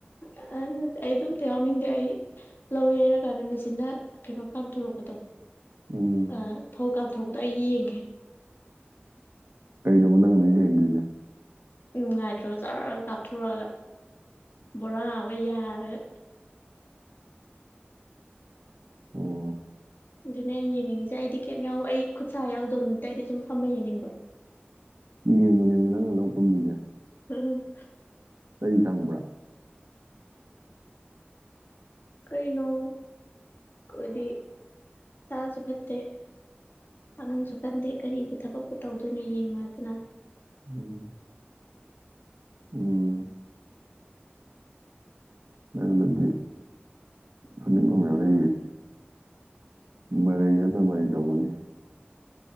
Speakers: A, on the left; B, on the right.
A: ꯑꯥ ꯑꯩ ꯑꯗꯨꯝꯇ ꯌꯥꯎꯅꯤꯡꯗꯦ ꯑꯩ ꯂꯧ ꯌꯩꯔꯀꯥꯟꯗ ꯃꯦꯆꯤꯟꯅ ꯀꯩꯅꯣ ꯀꯥꯞꯊꯣꯔꯛꯄꯗꯣ
B: ꯎꯝ
A: ꯑꯥ ꯐꯧ ꯀꯥꯞꯊꯣꯔꯛꯄꯗꯣ ꯑꯩ ꯌꯦꯡꯒꯦ
B: ꯀꯩꯅꯣꯕ ꯅꯪ ꯑꯗꯨ ꯌꯦꯡꯗꯣꯏꯖꯦ
A: ꯅꯨꯡꯉꯥꯏꯇ꯭ꯔꯣ ꯖꯔ ꯖꯔ ꯀꯥꯞꯊꯣꯔꯛꯑꯒ ꯕꯣꯔꯥ ꯑꯃꯒ ꯌꯥꯔꯒ
B: ꯑꯣ
A: ꯑꯗꯨꯅꯦ ꯑꯩꯅ ꯌꯦꯡꯅꯤꯡꯉꯤꯖꯦ ꯑꯩꯗꯤ ꯀꯦꯞ ꯌꯥꯎ ꯑꯩ ꯈꯨꯠ ꯁꯥꯥ ꯌꯥꯎꯗꯧꯕ ꯅꯠꯇꯦ ꯑꯩꯗꯤ ꯁꯨꯝ ꯐꯝꯃ ꯌꯦꯡꯅꯤꯡꯕ
B: ꯌꯦꯡꯕꯅꯦꯕ ꯅꯪ ꯂꯧ ꯀꯨꯝꯃꯤꯖꯦ
A: ꯎꯝ
B: ꯆꯩ ꯈꯪꯕ꯭ꯔꯥ
A: ꯀꯩꯅꯣ ꯈꯣꯏꯗꯤ ꯆꯥꯖꯨ ꯐꯠꯇꯦ ꯄꯥꯡꯒꯟꯁꯨ ꯀꯟꯗꯦ ꯀꯔꯤꯕꯨ ꯊꯕꯛꯄꯨ ꯇꯧꯗꯣꯏꯅꯣ ꯌꯦꯡꯉꯣꯗꯅ
B: ꯎꯝ ꯎꯝ ꯑꯗꯨꯗꯗꯤ ꯐꯨꯅꯤꯡꯕꯃ ꯌꯥꯎꯔꯛꯏꯌꯦ ꯃꯔꯩ ꯅꯠꯇ ꯃꯔꯩ ꯇꯧꯕꯒꯤ